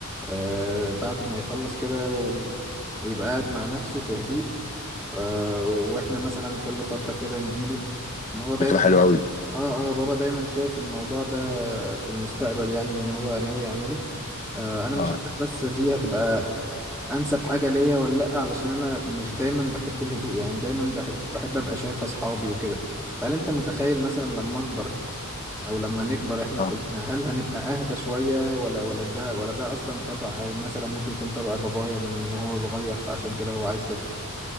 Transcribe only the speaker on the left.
فكرة حلوة قوي
اه
آه.